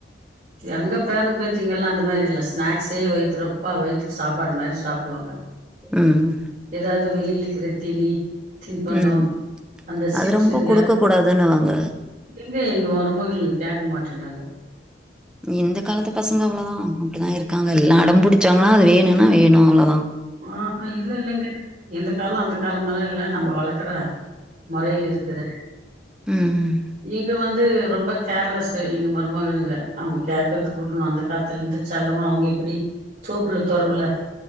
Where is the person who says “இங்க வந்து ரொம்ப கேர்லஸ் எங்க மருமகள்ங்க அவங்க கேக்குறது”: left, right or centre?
Right